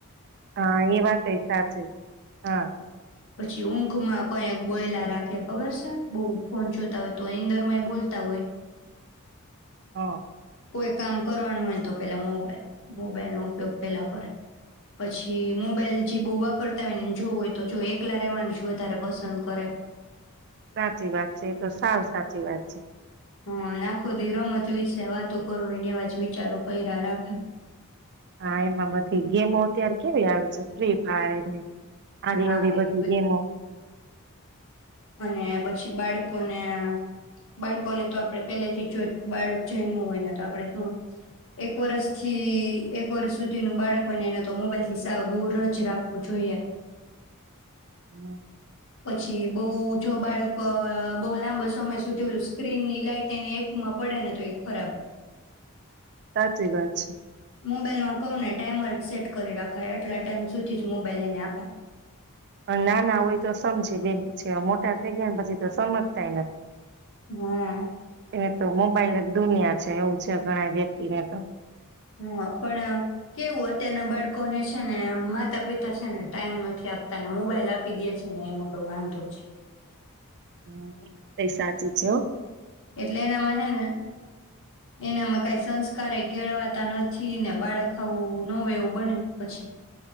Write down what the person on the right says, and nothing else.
હા એ વાતએ સાચી હા
હા
સાચી વાત છે એ તો સાવ સાચી વાત છે
હા એમાં બધી ગેમો અત્યારે કેવી આવે છે ફ્રી ફાયર ને આડી
અવળી
બધી ગેમો
હમ
સાચી વાત છે
નાના હોય તો સમજે બેન પછી મોટા થઈ ગયા ને પછી તો સમજતાય નથી
એને તો મોબાઈલ દુનિયા છે એવું છે ઘણા વ્યક્તિ ને તો
હા, એ સાચું છે, હા.